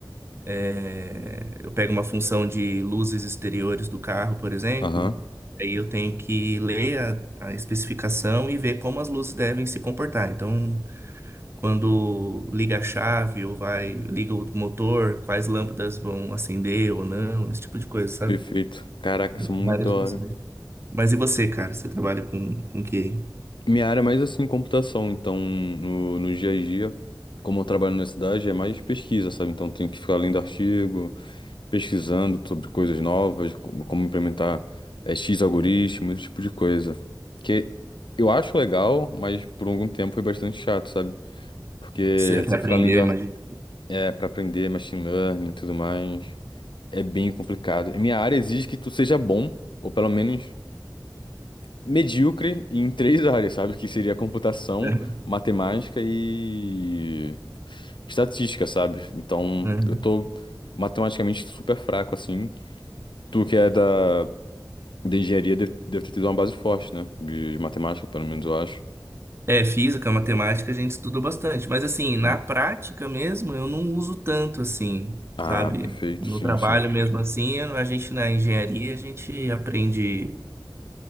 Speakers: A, on the right (about 30°); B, on the left (about 75°).
A: É, eu pego uma função de luzes exteriores do carro, por exemplo,
B: Aham,
A: aí eu tenho que ler a, a especificação e ver como as luzes devem se comportar. Então, quando liga a chave ou vai, liga o motor, quais lâmpadas vão acender ou não, esse tipo de coisa, sabe?
B: perfeito. Caraca,
A: Tem
B: isso é muito
A: várias
B: da hora.
A: funções. Mas e você, cara? Você trabalha com, com o que? aí?
B: Minha área é mais, assim, computação, então, no, no dia a dia, como eu trabalho na cidade, é mais pesquisa, sabe? Então, tenho que ficar lendo artigo, pesquisando sobre coisas novas, como como implementar eh, X algoritmos, esse tipo de coisa. Que eu acho legal, mas por algum tempo foi bastante chato, sabe? Porque
A: Você até
B: você
A: aprendeu,
B: ficar lendo
A: imagina.
B: a- é, para aprender machine learning e tudo mais, é bem complicado. E minha área exige que tu seja bom, ou pelo menos medíocre, em três <laughs> áreas, sabe? Que seria computação,
A: <laughs>
B: matemática e estatística, sabe? Então,
A: Uhum.
B: eu tô matematicamente super fraco, assim. Tu que é da De engenharia deve, deve ter tido uma base forte, né? De, de matemática, pelo menos eu acho.
A: É, física, matemática, a gente estuda bastante, mas assim, na
B: Sim.
A: prática mesmo, eu não uso tanto assim,
B: Ah,
A: sabe?
B: perfeito,
A: No
B: sim,
A: trabalho
B: sim.
A: mesmo assim, a gente na engenharia, a gente aprende